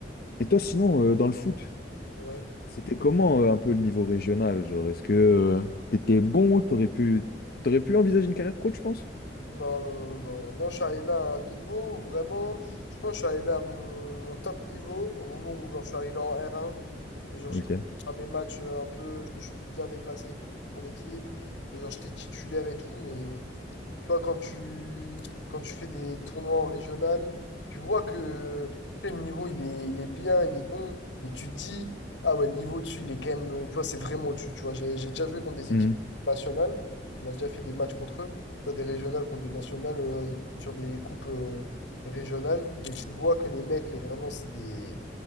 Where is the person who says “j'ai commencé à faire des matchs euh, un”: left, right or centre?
Left